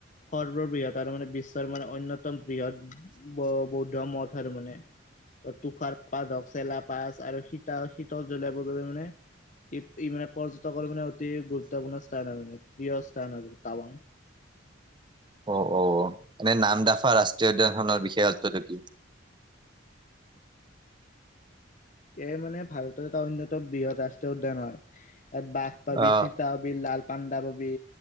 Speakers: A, on the left; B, on the right.
A: সৰ্ববৃহৎ আৰু মানে বিশ্বৰ মানে অন্য- তম বৃহৎ ব বৌদ্ধ মথ আৰু মানে। ত তুষাৰ পাত, হকচেলা পাচ, আৰু শীতা শীতল জলবায়ুৰ বাবে মানে- ই ই মানে পৰ্যটকৰ মানে অতি গুৰুত্বপূৰ্ণ স্থান আৰু মানে প্ৰিয় স্থান হয় বহুত টাৱাং।
B: অ অ এনে নাম দাফা ৰাষ্ট্ৰীয় উদ্যানখনৰ বিশেষত্বটো কি?
A: এইয়া মানে ভাৰতৰ এটা অন্যতম বৃহৎ ৰাষ্ট্ৰীয় উদ্যান হয় ইয়াত বাঘ পাবি
B: অ
A: চিতা- পাবি লাল পাণ্ডা পাবি।